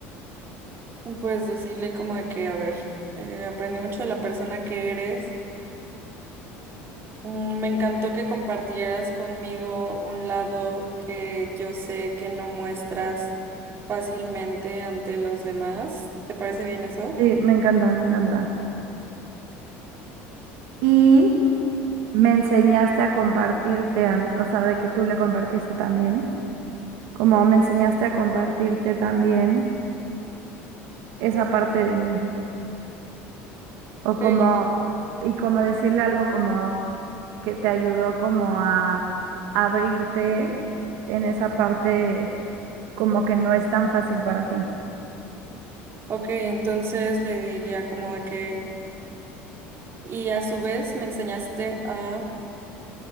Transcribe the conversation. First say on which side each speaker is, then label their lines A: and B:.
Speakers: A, on the right (about 40°); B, on the right (about 75°).
A: Pues decirle como de que, a ver, eh, aprendí mucho de la persona que eres. Mm, Me encantó que compartieras conmigo un lado que yo sé que no muestras fácilmente ante los demás. ¿Te parece bien eso?
B: Sí, me encanta, me encanta. Y me enseñaste a compartirte, a- o sea, de que tú le compartiste también, como me enseñaste a compartirte también esa parte de mí, o como,
A: Sí, me-
B: y como decirle algo como que te ayudó como a abrirte en esa parte como que no es tan fácil para ti.
A: Ok, entonces le diría como de que, y a su vez me enseñaste a